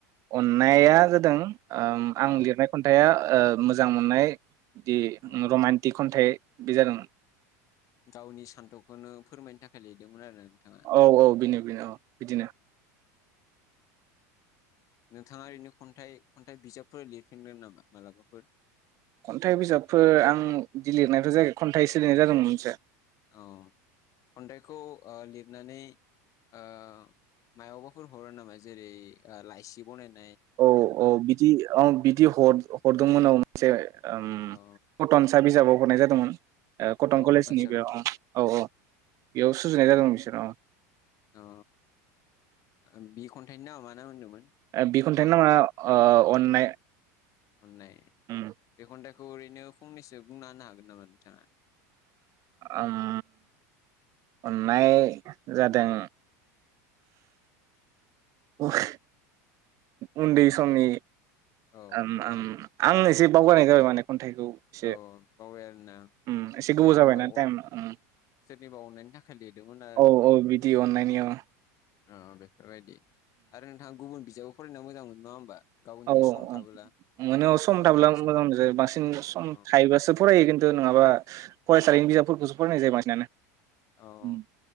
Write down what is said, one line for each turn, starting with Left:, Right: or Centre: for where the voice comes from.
Right: अननाया जादों ओम आं
Left: औ
Right: लिरनाय खन्थाइआ ओ मोजां मोननाय बिदि
Left: औ
Right: रमान्टिक खन्थाइ बे जादों
Left: गावनि सान्थौखौनो फोरमायनो थाखाय लिरदोंमोन आरो। नोंथाङा
Right: औ औ बिनो बिनो अ बिदिनो
Left: नोंथाङा ओरैनो खन्थाइ खन्थाइ बिजाबफोर लिरफिनगोन नामा मालाबाफोर?
Right: खन्थाइ बिजाबफोर आं बिदि लिरनायथ' जायाखै, खन्थाइसो लिरनाय जादोंमोन मोनसे।
Left: औ खन्थाइखौ ओ लिरनानै ओ मायावबाफोर हरो नामा जेरै लाइसि बनाय
Right: औ औ बिदि ओ बिदि हर हरदोंमोन औ मोनसे ओम
Left: औ
Right: कटनसा बिजाबाव हरनाय जादोंमोन। ओ कटन
Left: औ
Right: कलेजनि
Left: साबजेक्ट
Right: बेयाव। औ औ बेयाव सुजुनाय जादोंमोन बिसोर
Left: ओ। ओ बि खन्थाइनि नामा मा नाम होनदोंमोन?
Right: बि खनथाइनि
Left: मा
Right: नामा अ अननाय।
Left: अन्नाय।
Right: ओम
Left: बे खन्थाइखौ ओरैनो फंनैसो बुंना होनो हागोन नामा नोंथाङा?
Right: ओम अननाय जादों
Left: <inaudible>
Right: <unintelligible> उन्दै सम समनि
Left: औ
Right: आम आम। आं एसे बावगारनाय जाबाय माने खन्थाइखौ एसे
Left: औ बावबाय आरोना
Right: ओम एसे गोबाव
Left: जेनेबा
Right: जाबायना टाइमा ओम।
Left: सोरनिबा अननायनि थाखाय लिरदोंमोन
Right: औ औ बिदि अन्नायनि अ।
Left: अ बेफोरबायदि। आरो नोंथाङा गुबुन बिथ जेयाव फरायना मोजां मोनो। नङा होमबा गावनि
Right: औ
Left: सम
Right: औ
Left: थाबोला सम
Right: मोनो थाब्ला मोजां मोनो
Left: सम
Right: बांसिन सम
Left: औ
Right: थायोबासो फरायो किन्तु नङा माबा फरायसालिनि बिजाबफोरखौसो फरायनाय जायो बांसिनानो
Left: औ
Right: उम